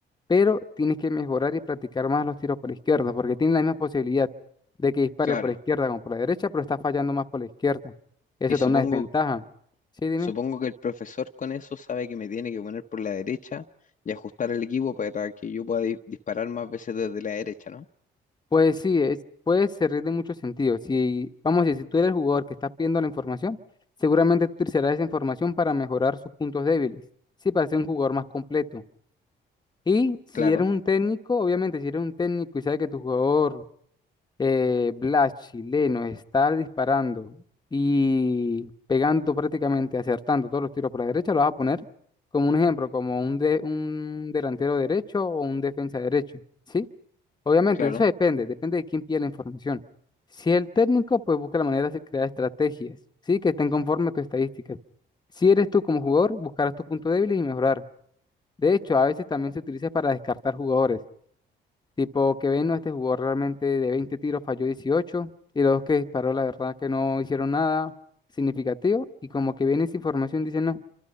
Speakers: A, on the left; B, on the left.
A: pero tienes que mejorar y practicar más los tiros por la izquierda, porque tiene la misma posibilidad de que dispare
B: Claro.
A: por la izquierda como por la derecha, pero está fallando más por la izquierda. Eso
B: Y supongo
A: te da una desventaja. Sí, dime.
B: Supongo que el profesor con eso sabe que me tiene que poner por la derecha y ajustar el equipo para que yo pueda di- disparar más veces desde la derecha, ¿no?
A: Pues sí, es, puede servir de muchos sentidos Si, vamos a decir, si tú eres el jugador que estás pidiendo la información, seguramente tú utilizarás esa información para mejorar sus puntos débiles. Sí, para ser un jugador más completo. Y si
B: Claro,
A: eres un técnico, obviamente, si eres un técnico y sabes que tu jugador eh, Blas chileno está disparando y pegando prácticamente, acertando todos los tiros por la derecha, lo vas a poner como un ejemplo, como un, de, un delantero derecho o un defensa derecho, ¿sí? Obviamente,
B: claro,
A: eso depende, depende de quién pide la información. Si el técnico, pues busca la manera de crear estrategias, ¿sí? Que estén conforme a tus estadísticas. Si eres tú como jugador, buscarás tus puntos débiles y mejorar. De hecho, a veces también se utiliza para descartar jugadores. Tipo que ven, no, este jugador realmente de 20 tiros falló 18 y los que disparó, la verdad que no hicieron nada significativo y como que viene esa información, dicen, no,